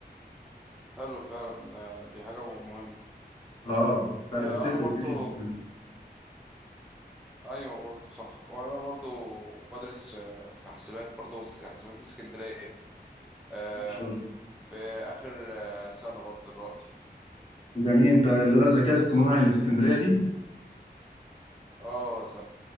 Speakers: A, in the centre; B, on the left.
A: حلو فعلا آه، دي حاجة مهمة
B: اه فرق
A: آه،
B: بتفرق
A: انا برضو
B: جدا في
A: ايوه برضو صح وانا برضو بدرس آه، في حاسبات برضو بس حاسبات اسكندرية آه،
B: الشغل
A: في اخر آه، سنة برضو دلوقتي
B: جميل انت اللي هو الذكاء الصناعي اللي في اسكندريه دي
A: اه زي